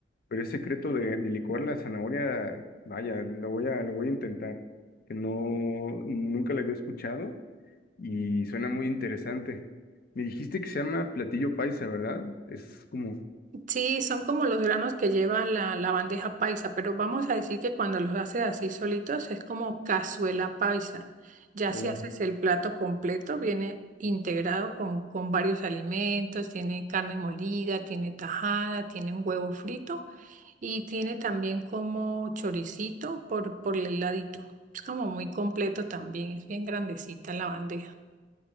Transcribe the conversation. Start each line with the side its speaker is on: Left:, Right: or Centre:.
Left: Pero ese secreto de, de licuar la zanahoria, vaya, lo voy a, lo voy a intentar, que no, nunca lo había escuchado y suena muy interesante. Me dijiste que se llama platillo paisa, ¿verdad? Es como,
Right: Sí, son como los granos que lleva la, la bandeja paisa, pero vamos a decir que cuando los haces así solitos es como cazuela paisa. Ya
Left: o
Right: si haces el plato completo, viene integrado con, con varios alimentos, tiene carne molida, tiene tajada, tiene un huevo frito Y tiene también como choricito por, por el ladito. Es como muy completo también, es bien grandecita la bandeja.